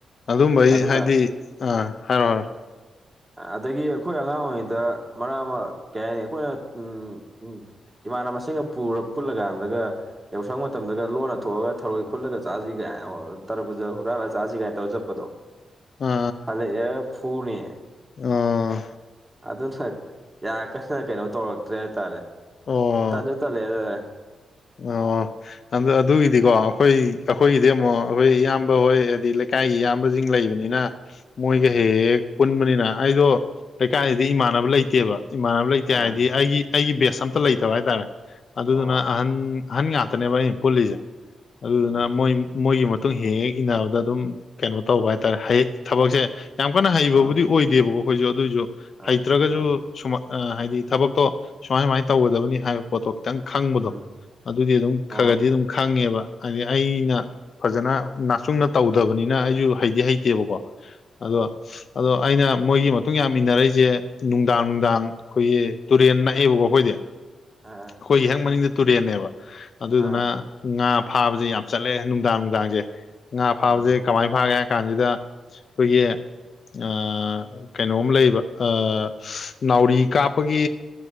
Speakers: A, on the left; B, on the right.
A: ꯑꯗꯨꯝꯕꯩ
B: ꯑꯗꯨꯅ
A: ꯍꯥꯏꯗꯤ ꯑꯥ ꯍꯥꯏꯔꯣ ꯍꯥꯏꯔꯣ
B: <inaudible> ꯑꯗꯒꯤ ꯑꯩꯈꯣꯏ ꯑꯉꯥꯡ ꯑꯣꯏꯔꯤꯉꯩꯗ ꯃꯔꯛ ꯑꯃ ꯀꯩ ꯍꯥꯏ ꯑꯩꯈꯣꯏꯅ ꯎꯝ ꯎꯝ ꯏꯃꯥꯟꯅꯕꯁꯤꯡꯒ ꯄꯨꯔ ꯄꯨꯜꯂꯀꯥꯟꯗꯒ ꯌꯥꯎꯁꯪ ꯃꯇꯝꯗꯒ ꯂꯣꯟꯅ ꯊꯣꯛꯑꯒ ꯊꯔꯣꯏ ꯈꯨꯠꯂꯒ ꯆꯥꯁꯤ ꯀꯒꯥꯏ ꯇꯔꯕꯨꯖꯥ ꯍꯨꯔꯥꯜꯂꯒ ꯆꯥꯁꯤ ꯀꯥꯏꯅ ꯇꯧꯔ ꯆꯠꯄꯗꯣ
A: ꯑꯥ
B: ꯍꯜꯂꯛꯑꯦ ꯐꯨꯅꯤ꯫
A: ꯑꯣ
B: ꯑꯗꯨꯅ ꯀꯌꯥ ꯀꯟꯅ ꯀꯩꯅꯣ ꯇꯧꯔꯛꯇ꯭ꯔꯦ ꯍꯥꯏꯇꯥꯔꯦ꯫
A: ꯑꯣ꯫
B: ꯇꯟꯖꯨ ꯇꯠꯂꯦ ꯑꯗꯨꯗ ꯑꯩ
A: ꯑꯣ ꯑꯗꯨꯒꯤꯗꯤꯀꯣ ꯑꯩꯈꯣꯏ ꯑꯩꯈꯣꯏꯒꯤꯗꯤ ꯑꯃꯨꯛ ꯑꯩꯈꯣꯏ ꯏꯌꯥꯝꯕ ꯍꯣꯏ ꯍꯥꯏꯗꯤ ꯂꯩꯀꯥꯏꯒꯤ ꯏꯌꯥꯝꯕꯁꯤꯡ ꯂꯩꯕꯅꯤꯅ ꯃꯣꯏꯒ
B: ꯎꯝ
A: ꯍꯦꯛ ꯍꯦꯛ ꯄꯨꯟꯕꯅꯤꯅ ꯑꯩꯗꯣ ꯂꯩꯀꯥꯏꯗꯗꯤ ꯏꯃꯥꯟꯅꯕ ꯂꯩꯇꯦꯕ ꯏꯃꯥꯟꯅꯕ ꯂꯩ ꯀꯌꯥ
B: ꯑꯥ
A: ꯍꯥꯏꯗꯤ ꯑꯩꯒꯤ ꯑꯩꯒꯤ ꯕꯦꯁ ꯑꯝꯇ ꯂꯩꯇꯕ ꯍꯥꯏꯇꯥꯔꯦ ꯑꯗꯨꯗꯨꯅ
B: ꯑꯣ
A: ꯑꯟ ꯑꯍꯟ ꯉꯥꯛꯇꯅꯦꯕ ꯑꯩꯅ ꯄꯨꯜꯂꯤꯖꯦ ꯑꯗꯨꯗꯨꯅ
B: ꯎꯝ
A: ꯃꯣꯏ ꯃꯣꯏꯒꯤ ꯑꯗꯨ ꯍꯦꯛ ꯍꯦꯛ ꯏꯟꯅꯕꯗ ꯑꯗꯨꯝ ꯀꯩꯅꯣ ꯇꯧꯕ ꯍꯥꯏꯇꯥꯔꯦ ꯍꯩ ꯊꯕꯛꯁꯦ ꯌꯥꯝ ꯀꯟꯅ
B: ꯑꯣ
A: ꯍꯩꯕꯕꯨꯗꯤ ꯑꯣꯏꯗꯦꯕꯀꯣ ꯑꯩꯈꯣꯏꯁꯨ ꯑꯗꯨꯑꯣꯏꯁꯨ
B: ꯑ
A: ꯍꯩꯇ꯭ꯔꯒꯁꯨ
B: ꯑ ꯑ
A: ꯁꯨꯃ ꯍꯥꯏꯗꯤ ꯊꯕꯛꯇꯣ ꯁꯨꯃꯥꯏ ꯁꯨꯃꯥꯏꯅ ꯇꯧꯒꯗꯕꯅꯤ ꯍꯥꯏꯕ ꯄꯣꯠꯇꯣ ꯈꯤꯇꯪ ꯈꯪꯕꯗꯣ
B: ꯎꯝ
A: ꯑꯗꯨꯗꯤ ꯑꯗꯨꯝ
B: ꯑꯣ
A: ꯈꯔ ꯈꯔꯗꯤ ꯑꯗꯨꯝ ꯈꯪꯉꯦꯕ ꯍꯥꯏꯗꯤ ꯑꯩꯅ ꯐꯖꯅ ꯅꯥꯛꯆꯨꯡꯅ ꯇꯧꯗꯕꯅꯤꯅ ꯑꯩꯁꯨ ꯍꯩꯗꯤ ꯍꯩꯇꯦꯕꯀꯣ
B: ꯑꯣ
A: ꯑꯗꯣ ꯑꯗꯣ ꯑꯩꯅ ꯃꯣꯏꯒꯤ ꯃꯇꯨꯡ ꯌꯥꯝ ꯏꯟꯅꯔꯛꯏꯁꯦ ꯅꯨꯡꯗꯥꯡ ꯅꯨꯡꯗꯥꯡ ꯑꯩꯈꯣꯏꯒꯤ ꯇꯨꯔꯦꯟ ꯅꯛꯏꯦꯕꯀꯣ ꯑꯩꯈꯣꯏꯗꯤ
B: ꯑꯥ
A: ꯑꯩꯈꯣꯏ ꯍ‌ꯦꯛ ꯃꯅꯤꯡꯗ ꯇꯨꯔꯦꯜꯅꯦꯕ ꯑꯗꯨꯗꯨꯅ
B: ꯑ
A: ꯉꯥ ꯐꯥꯕꯁꯦ ꯌꯥꯝ ꯆꯠꯂꯦ ꯅꯨꯡꯗꯥꯡ ꯅꯨꯡꯗꯥꯡꯁꯦ ꯉꯥ
B: ꯎꯝ
A: ꯐꯥꯕꯁꯦ ꯀꯃꯥꯏꯅ ꯐꯥꯒꯦ ꯍꯥꯏ ꯀꯥꯟꯁꯤꯗ ꯑꯩꯈꯣꯏꯒꯤ ꯑꯥ ꯀꯩꯅꯣꯝ ꯂꯩ ꯑꯥ ꯅꯥꯎꯔꯤ ꯀꯥꯞꯄꯒꯤ